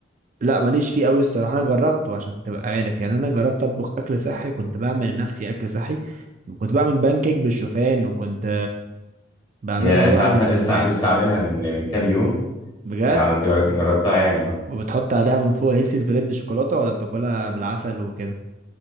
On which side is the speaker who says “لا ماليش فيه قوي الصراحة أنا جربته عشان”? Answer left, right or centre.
Right